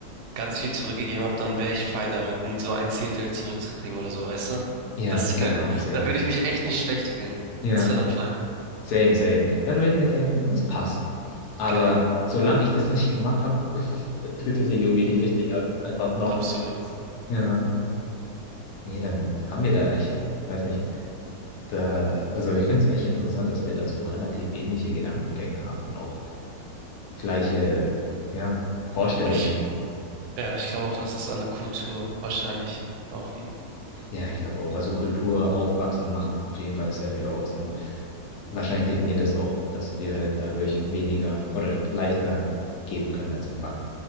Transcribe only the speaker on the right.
ganz viel zurückgegeben habe, dann wäre ich fein damit, n- so ein Zehntel zurückzukriegen oder so, weißt du?
Das
wär, <laughs>
dann würde ich mich echt nicht schlecht fühlen.
Das wäre dann fein.
Genau,
absolut.
Ich, ja, ich glaube auch, dass es an der Kultur wahrscheinlich auch liegt.